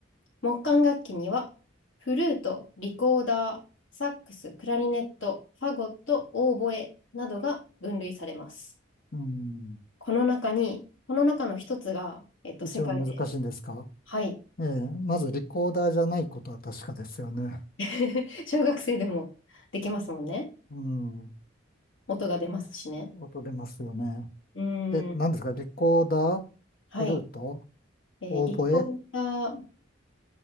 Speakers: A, on the left; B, on the left.
A: 木管楽器には、フルート、リコーダー、サックス、クラリネット、ファゴット、オーボエなどが分類されます。
B: うん、
A: この中に、この中の一つが、えっと、
B: 一番難しいんですか。
A: 世界で、はい。
B: ええまずリコーダーじゃないことは確かですよね。
A: <laughs> 小学生でもできますもんね。
B: うん。
A: 音が出ますしね。
B: 音出ますよね。
A: うーん。
B: え、何ですかリコーダー、
A: はい。
B: フルート、
A: えーリコーダー、
B: オーボエ、